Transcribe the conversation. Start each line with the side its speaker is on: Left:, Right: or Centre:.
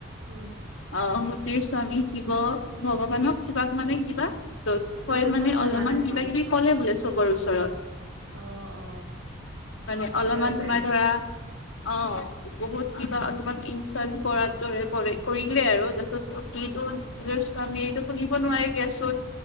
Right: উম
Left: আ স তীৰ স্বামী শিৱ ভগৱানক তোমাক মানে কিবা দক্ষ্যয়
Right: নিমন্ত্ৰণ
Left: মানে
Right: জনোৱা
Left: অলপমান
Right: নাছিল
Left: কিবা কিবি ক'লে বোলে চবৰ ওচৰত।
Right: অ অ
Left: মানে
Right: দক্ষ
Left: অলপমান
Right: ৰজাই
Left: তোমাৰ ধৰা অ বহুত কিবা অলপমান ইনচালট কৰাৰ দৰে কৰিলে আৰু তাৰপাছত সতীটো নিজৰ স্বামীৰটো শুনিব নোৱাৰিলে দিয়াচোন।